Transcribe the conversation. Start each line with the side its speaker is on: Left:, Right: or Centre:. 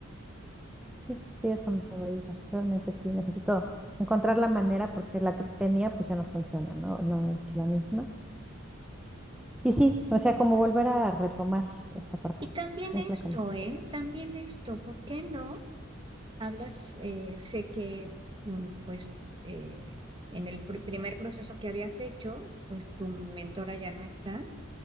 Centre: Sí, sí, eso me va a ayudar. Realmente sí, necesito encontrar la manera porque la que tenía, pues ya no funciona, ¿no? No es la misma. Y sí, o sea, como volver a retomar esta parte.
Right: Y también
Centre: Es lo
Right: esto,
Centre: que necesito.
Right: ¿eh? También esto, ¿por qué no? Hablas, eh, sé que, mm, pues, eh, en el pr- primer proceso que habías hecho, pues tu mentora ya no está